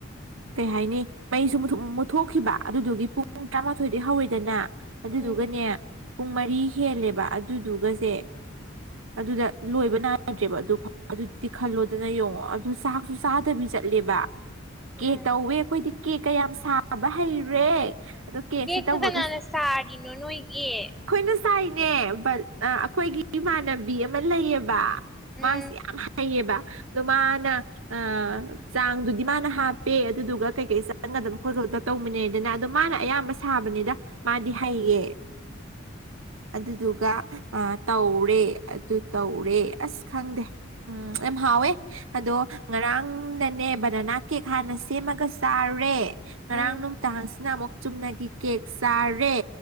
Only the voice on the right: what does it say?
ꯀꯩ ꯍꯥꯏꯅꯤ ꯃꯩꯁꯨ ꯃꯨꯠꯊꯣꯛꯈꯤꯕ ꯑꯗꯨꯗꯨꯒꯤ ꯄꯨꯡ
ꯇꯔꯥꯃꯥꯊꯣꯏꯗꯩ ꯍꯧꯋꯤꯗꯅ ꯑꯗꯨꯗꯨꯒꯅꯦ
ꯄꯨꯡ ꯃꯔꯤ ꯍꯦꯜꯂꯦꯕ ꯑꯗꯨꯗꯨꯒꯖꯦ ꯑꯗꯨꯗ ꯂꯣꯏꯕ ꯅꯥꯗ꯭ꯔꯦꯕ ꯑꯗꯨ ꯐꯥꯎ ꯑꯗꯨꯗꯤ ꯈꯜꯂꯣꯗꯅ ꯌꯦꯡꯉꯣ ꯑꯗꯨ ꯆꯥꯛꯁꯨ ꯆꯥ ꯇꯕꯤ ꯆꯠꯂꯦꯕ ꯀꯦꯛ
ꯇꯧꯋꯦ ꯑꯩꯈꯣꯏꯗꯤ ꯀꯦꯛꯀꯥ ꯌꯥꯝ ꯁꯥꯕ ꯍꯩꯔꯦ ꯑꯗꯣ ꯀꯦꯛꯁꯦ
ꯇꯧꯔꯒ
ꯈꯣꯏꯅ ꯆꯥꯏꯅꯦ ꯕꯜ ꯑ ꯑꯈꯣꯏꯒꯤ ꯏꯃꯥꯟꯅꯕꯤ ꯑꯃ ꯂꯩꯌꯦꯕ ꯃꯥꯁ
ꯌꯥꯝ ꯍꯩꯌꯦꯕ ꯑꯗꯣ ꯃꯥꯅ ꯑ ꯆꯥꯡꯗꯨꯗꯤ ꯃꯥꯅ ꯍꯥꯞꯄꯦ ꯑꯗꯨꯗꯨꯒ ꯀꯩꯀꯩ ꯆꯪꯒꯗꯕ ꯈꯣꯠꯀꯇ ꯇꯧꯃꯤꯟꯅꯔꯦꯗꯅ ꯑꯗꯣ ꯃꯥꯅ ꯑꯌꯥꯝꯕ ꯁꯥꯕꯅꯤꯗ ꯃꯥꯗꯤ ꯍꯩꯌꯦ ꯑꯗꯨꯗꯨꯒ ꯑ ꯇꯧꯔꯦ ꯑꯗꯨ ꯇꯧꯔꯦ ꯑꯁ ꯈꯪꯗꯦ ꯎꯝ ꯌꯥꯝ ꯍꯥꯎꯋꯦ ꯑꯗꯣ ꯉꯔꯥꯡ ꯅꯅꯦ ꯕꯅꯅꯥ ꯀꯦꯛ ꯍꯥꯟꯅ ꯁꯦꯝꯃꯒ ꯆꯥꯔꯦ ꯉꯔꯥꯡ
ꯅꯨꯡꯗꯥꯡꯁꯤꯅ ꯑꯃꯨꯛ ꯆꯨꯝꯅꯒꯤ ꯀꯦꯛ ꯆꯥꯔꯦ